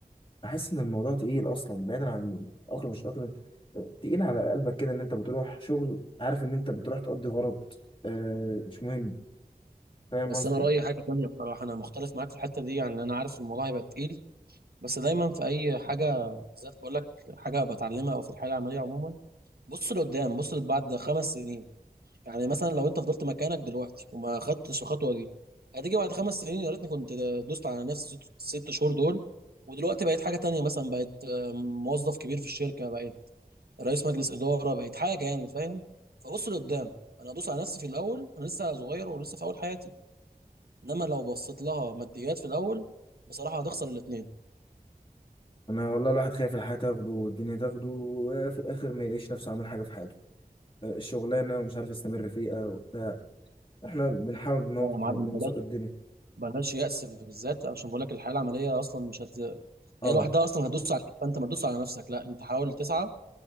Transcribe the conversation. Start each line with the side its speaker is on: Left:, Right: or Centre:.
Left: بحس إن الموضوع تقيل أصلا بعيدا عن الأقلم مش الأقلم آه، تقيل على قلبك كده إن أنت بتروح شغل عارف إن أنت بتروح تقضي غرض آه، مش مهم فاهم
Right: بس
Left: قصدي؟
Right: انا رأيي حاجة تانية بصراحة انا مختلف معاك في الحتة دي يعني انا عارف الموضوع هيبقى تقيل بس دايما في اي حاجة بالذات بقول لك حاجة بتعلمها او في الحياة العملية عموما بص لقدام بص بعد خمس سنين يعني مثلا لو انت فضلت مكانك دلوقتي وما خدتش الخطوه دي هتيجي بعد خمس سنين يا ريتني كنت دوست على نفسي ست, ست شهور دول ودلوقتي بقيت حاجه تانية مثلا بقيت آه، موظف كبير في الشركه بقيت رئيس مجلس اداره بقيت حاجه يعني فاهم فبص لقدام انا ادوس على نفسي في الاول انا لسه صغير ولسه في اول حياتي انما لو بصيت لها ماديات في الاول بصراحه هتخسر الاثنين
Left: انا والله الواحد خايف الحياه تاخده والدنيا تاخده وفي الاخر ما يلاقيش نفسه عامل حاجه في حياته آه، الشغلانه ومش عارف يستمر فيها وبتاع احنا بنحاول ان
Right: لا
Left: هو
Right: يا معلم
Left: بنزق
Right: بلاش
Left: الدنيا
Right: بلاش يأس بالذات عشان بقول لك الحياه العمليه اصلا مش هت...
Left: اه
Right: هي لوحدها اصلا هتدوس عليك فانت ما تدوس على نفسك لا انت حاول تسعى